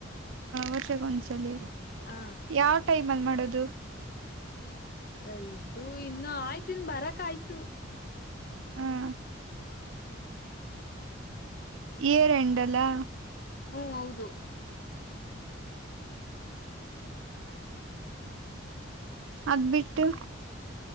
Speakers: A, on the right; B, on the left.
A: ವರ್ಷ ಒಂದು ಸಾಲಿ
B: ಹ
A: ಯಾವ ಟೈಮ್ ಅಲ್ಲಿ ಮಾಡೋದು
B: ಅದು ಇನ್ನ ಆಯ್ತು ಬರಕಾಯ್ತು
A: ಹ
B: <inaudible>
A: ಎರಂಡಲಾ
B: ಹೂ ಹೌದು
A: ಅದ್ ಬಿಟ್ಟು